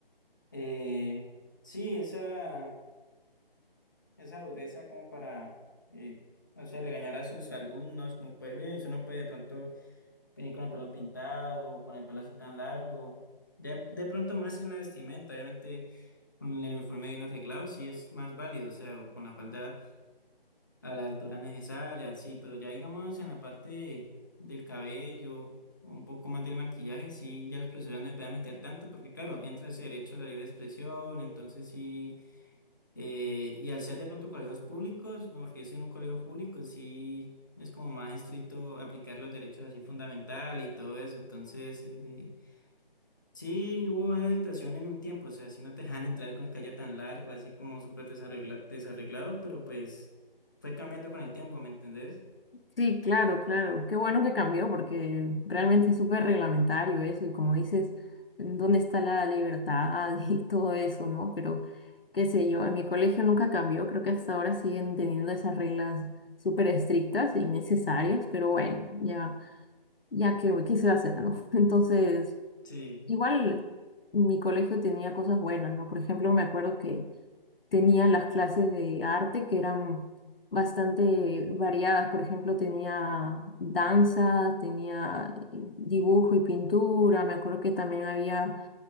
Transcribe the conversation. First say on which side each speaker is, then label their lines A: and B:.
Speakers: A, on the left; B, on the left.
A: Eh, sí, esa, esa dureza como para, eh, no sé, regañar a sus alumnos, como puede ver, usted no puede de pronto venir con el pelo pintado, o con el pelo así tan largo. De, de pronto más en la vestimenta, obviamente con el uniforme bien arreglado, sí es más válido, o sea, o con la falda a la altura necesaria, sí, pero ya digamos en la parte de- del cabello, o un poco más del maquillaje, sí, ya la expresiones no me pueden meter tanto, porque claro, entra ese derecho a la libre expresión, entonces sí, eh, y al ser de pronto colegios públicos, bueno, porque yo estoy en un colegio público, sí, es como más estricto aplicar los derechos así fundamentales y todo eso, entonces... eh, Sí, hubo esa situación en un tiempo, o sea, si no te dejan entrar con el cabello tan largo, así como súper desarregla- desarreglado, pero pues fue cambiando con el tiempo, ¿me entendés?
B: Sí, claro, claro. Qué bueno que cambió porque realmente es súper reglamentario eso y como dices, ¿dónde está la libertad <laughs> y todo eso, no? Pero qué sé yo, en mi colegio nunca cambió, creo que hasta ahora siguen teniendo esas reglas súper estrictas y necesarias, pero bueno, ya, ya que qué se va a hacer, ¿no? <laughs> Entonces,
A: Sí,
B: igual mi colegio tenía cosas buenas, ¿no? Por ejemplo, me acuerdo que tenía las clases de arte que eran bastante variadas. Por ejemplo, tenía danza, tenía eh, dibujo y pintura. Me acuerdo que también había